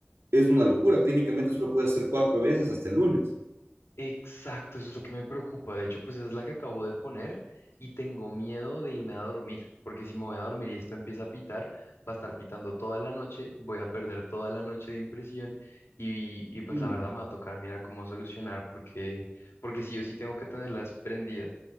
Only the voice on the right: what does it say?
es una locura. Técnicamente solo puedes hacer cuatro veces hasta el lunes.
Mm,